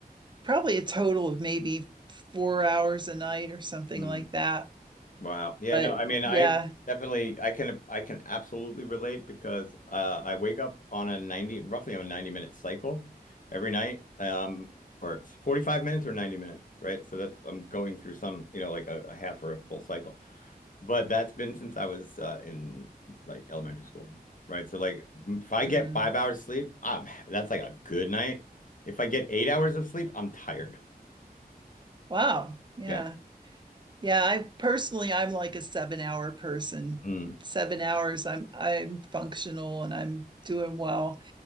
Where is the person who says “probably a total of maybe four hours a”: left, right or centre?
Right